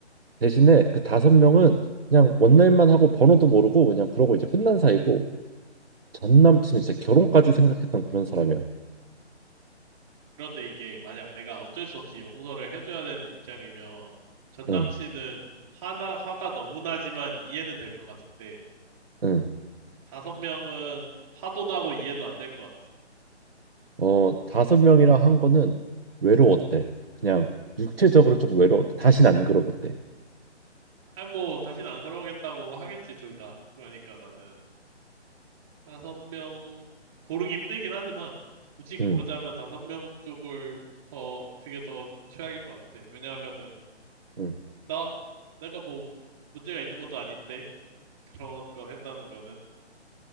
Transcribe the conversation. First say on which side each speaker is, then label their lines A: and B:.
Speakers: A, on the right (about 55°); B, on the right (about 30°).
A: 대신에 그 다섯 명은 그냥 원나잇만 하고 번호도 모르고 그냥 그러고 이제 끝난 사이고 전 남친 이제 결혼까지 생각했던 그런 사람이야.
B: 그런데 이게 만약 내가 어쩔 수 없이 용서를 해줘야 되는 입장이면, 전
A: 응,
B: 남친은 화나, 화가 너무 나지만 이해는 될 것 같은데,
A: 응.
B: 다섯 명은 화도 나고 이해도 안 될 것 같아.
A: 어, 다섯 명이랑 한 거는 외로웠대. 그냥 육체적으로 조금 외로웠대. 다신 안 그러겠대.
B: 아, 뭐, 다시는 안 그러겠다고 하겠지, 둘 다. 그러니까 나는 다섯 명 고르기 힘들긴 하지만 굳이 고르자면
A: 응,
B: 다섯 명 쪽을 더 그게 더 최악일 것 같아. 왜냐하면은
A: 응,
B: 나 내가 뭐 문제가 있는 것도 아닌데 그런 걸 했다는 거는